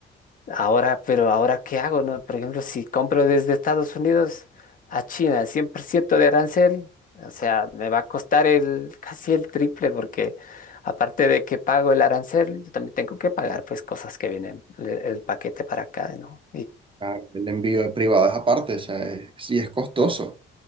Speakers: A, on the left (about 45°); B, on the right (about 25°).
A: ahora, pero ahora ¿qué hago, no? Por ejemplo, si compro desde Estados Unidos a China, 100% de arancel, o sea, me va a costar el casi el triple porque aparte de que pago el arancel, yo también tengo que pagar pues cosas que vienen el, el paquete para acá, ¿no?
B: Ah, El envío privado es aparte, o sea, es- sí es costoso.